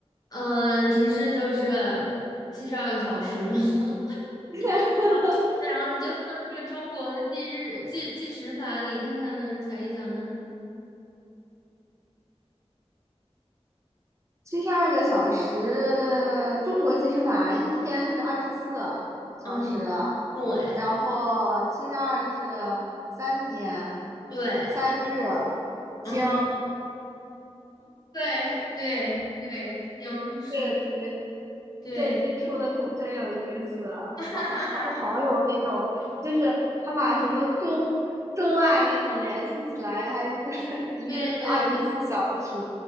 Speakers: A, on the left; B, on the right.
A: 嗯，呃提示就是七十二个小时嘛，<laughs>
B: <laughs>
A: 七十二小时，然后你就放在那个中国的计日计计时法里看看呢，想一想呢。
B: 七十二个小时，中国计时法一天是二十四小时，
A: 嗯哼，对
B: 然后七十二是三天，
A: 对，
B: 三日。
A: 嗯哼，
B: 经
A: 对对对，行，是的，
B: 这个题
A: 对，
B: 这题出的可真有意思，
A: <laughs> 哈哈哈哈，
B: 好好好有那种，就是还把什么中中外那种联系起来，还有 <laughs> 一日二十四小时，
A: 对对